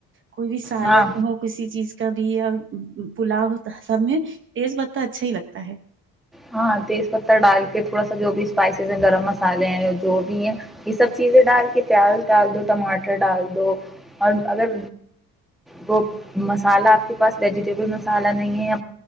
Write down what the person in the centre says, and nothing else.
ہاں
ہاں تیز پتہ ڈال کے تھوڑا سا جو بھی اسپائسیز ہے گرم مسالے جو بھی ہیں یہ سب چیزیں ڈال کے پیاز ڈال دو ٹماٹر ڈال دو اور اگر وہ مسالہ آپ کے پاس ویجیٹیبل مسالحہ نہیں ہے یا